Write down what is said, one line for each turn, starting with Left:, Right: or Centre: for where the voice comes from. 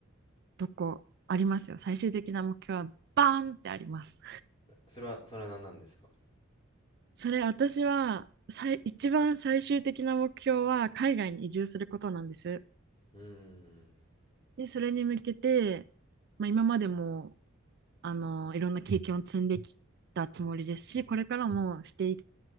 Right: どこありますよ。最終的な目標はバーンってあります。
Left: それは、それは何なんですか
Right: <laughs> それ私は一番最終的な目標は海外に移住することなんです。
Left: うーん。
Right: で、それに向けて、まあ、今までもあのいろんな経験を積んできたつもりですし、これからもして